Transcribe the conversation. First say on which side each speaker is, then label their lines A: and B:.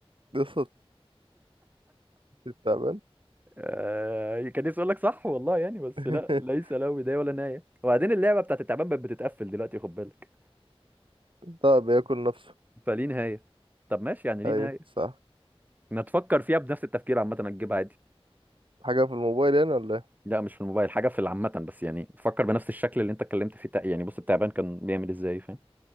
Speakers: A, on the right; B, on the right.
A: قصة التعبان
B: آه كان نفسي أقول لك صح والله يعني بس
A: <laughs>
B: لا ليس له بداية ولا نهاية وبعدين اللعبة بتاعت التعبان بقت بتتقفل دلوقتي خد بالك
A: ده بياكل نفسه
B: فليه نهاية طب ماشي يعني ليه
A: أيوة
B: نهاية
A: صح
B: ما تفكر فيها بنفس التفكير عامة هتجيبها عادي
A: حاجة في الموبايل يعني ولا إيه؟
B: لا مش في الموبايل حاجة في العامة بس يعني فكر بنفس الشكل اللي انت اتكلمت فيه تق- يعني بص التعبان كان بيعمل ازاي فاهم